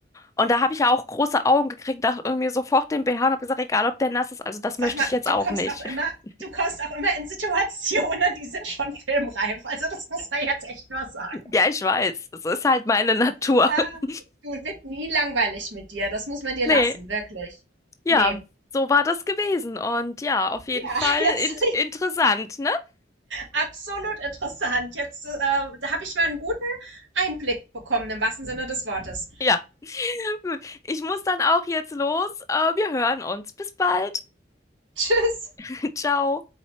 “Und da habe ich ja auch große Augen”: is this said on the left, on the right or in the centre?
Left